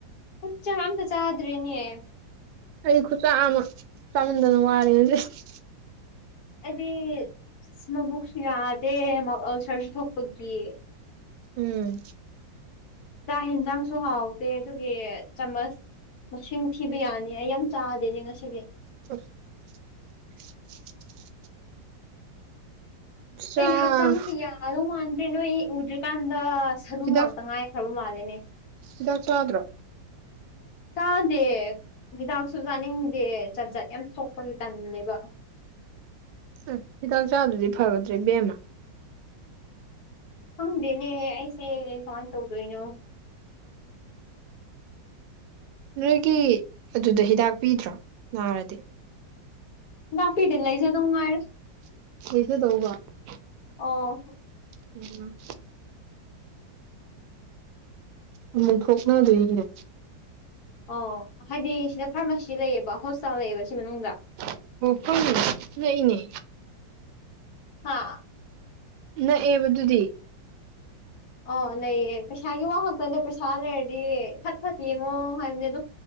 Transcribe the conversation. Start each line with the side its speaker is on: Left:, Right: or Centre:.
Left: ꯆꯥꯛ ꯑꯝꯇ ꯆꯥꯗ꯭ꯔꯦꯅꯦ
Right: ꯑꯩ ꯈꯨꯆꯥ ꯑꯃ ꯆꯥꯃꯟꯗꯅ ꯋꯥꯔꯦ ꯉꯁꯤ
Left: ꯑꯩꯗꯤ ꯃꯕꯨꯛꯁꯨ ꯌꯥꯗꯦ ꯃꯥꯎꯠ ꯑꯜꯁꯔꯁꯨ ꯊꯣꯛꯄꯒꯤ
Right: ꯎꯝ
Left: ꯆꯥꯛ ꯍꯦꯟꯖꯥꯡꯁꯨ ꯍꯥꯎꯗꯦ ꯑꯗꯨꯒꯤ ꯆꯥꯃꯁ ꯃꯁꯤꯡ ꯊꯤꯕ ꯌꯥꯅꯤ ꯑꯩ ꯌꯥꯝ ꯆꯥꯗꯦꯍꯦ ꯉꯁꯤꯗꯤ
Right: <inaudible> ꯆꯥ
Left: ꯑꯩꯒꯤ ꯍꯛꯆꯥꯡꯁꯦ ꯌꯥꯗꯧ ꯃꯥꯟꯗ꯭ꯔꯦ ꯅꯣꯏ ꯎꯗ꯭ꯔꯤꯀꯥꯟꯗ ꯁꯔꯨ
Right: ꯍꯤꯗꯥꯛ
Left: ꯉꯥꯛꯇ ꯉꯥꯏ ꯈ꯭ꯔꯥꯕ ꯃꯥꯂꯦꯅꯦ
Right: ꯍꯤꯗꯥꯛ ꯆꯥꯗ꯭ꯔꯣ
Left: ꯆꯥꯗꯦ ꯍꯤꯗꯥꯛꯁꯨ ꯆꯥꯅꯤꯡꯗꯦ ꯖꯥꯠ ꯖꯥꯠ ꯌꯥꯝ ꯇꯣꯛꯄꯒꯤ ꯇꯜꯂꯦꯕ
Right: ꯑꯥ ꯍꯤꯗꯥꯛ ꯆꯥꯗ꯭ꯔꯗꯤ ꯐꯒꯗ꯭ꯔꯥ ꯏꯕꯦꯝꯃ
Left: ꯈꯪꯗꯦꯅꯦ ꯑꯩꯁꯦ ꯀꯃꯥꯢ ꯇꯧꯗꯣꯏꯅꯣ
Right: ꯅꯣꯏꯒꯤ ꯑꯗꯨꯗ ꯍꯤꯗꯥꯛ ꯄꯤꯗ꯭ꯔꯣ ꯅꯥꯔꯗꯤ
Left: ꯍꯤꯗꯥꯛ ꯄꯤꯗꯦ ꯂꯩꯖꯗꯧ ꯉꯥꯢꯔꯦ
Right: <unintelligible>
Left: ꯑꯣ
Right: ꯎꯝ ꯑꯃꯨꯛ ꯊꯣꯛꯅꯗꯣꯢꯅꯤꯅꯦ
Left: ꯑꯣ ꯍꯥꯏꯗꯤ ꯁꯤꯗ ꯐꯥꯔꯃꯥꯁꯤ ꯂꯩꯌꯦꯕ ꯍꯣꯁꯇꯥꯜ ꯂꯩꯌꯦꯕ ꯁꯤ ꯃꯅꯨꯡꯗ
Right: <unintelligible>
Left: ꯍꯥꯥ
Right: ꯅꯛꯑꯦꯕꯗꯨꯗꯤ
Left: ꯑ ꯂꯩꯌꯦ ꯄꯩꯁꯥꯒꯤ ꯋꯥ ꯈꯛꯇꯅꯦ ꯄꯩꯁꯥ ꯂꯩꯔꯗꯤ ꯐꯠ ꯐꯠ ꯌꯦꯡꯉꯣ ꯍꯥꯏꯕꯅꯦ ꯑꯗꯨ